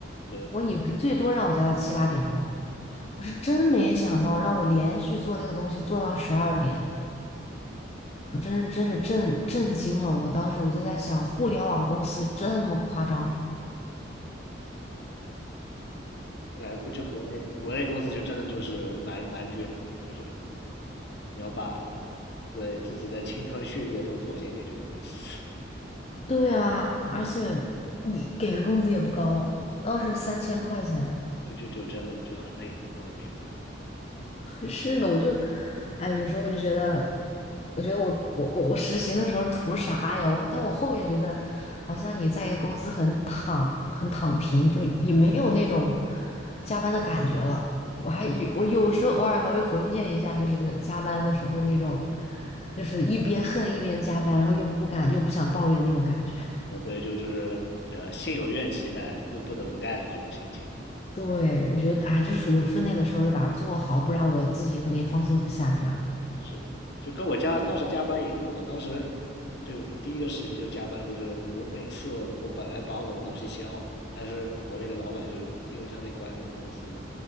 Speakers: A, on the left; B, on the left.
A: 对。
B: 我以为最多让我加到七八点钟，我是真没想到让我连续做那个东西做到十二点，我真是真是震震惊了。我当时我就在想，互联网公司这么夸张？
A: 我感觉估就国内国内公司就真的就是蛮蛮卷的，就是你要把对自己的青春血液都奉献给这个公司，
B: 对啊，而且你给的工资也不高，当时三千块钱。
A: 就就就真的就很累，我能明白。
B: 是的，我就，哎，有时候我就觉得，我觉得我我我我实习的时候图啥呀？我，但我后面觉得，好像你在一个公司很躺很躺平，就也没有那种加班的感觉了。我还有我有时候偶尔还会回念一下，就是加班的时候那种，就是一边恨一边加班，然后又不敢又不想抱怨那种感觉。
A: 呃，对，就就是呃心有怨气，但又不得不干的这种心情。
B: <laughs> 对，我觉得，哎，这是属于有分内的时候得把它做好，不然我自己可能也放心不下这样。
A: 是的，就跟我加当时加班也一样，我当时就第一个事情就是加班，就是我每次我本来把我的东西写好，但是我那个老板就是因为他得管整个公司嘛，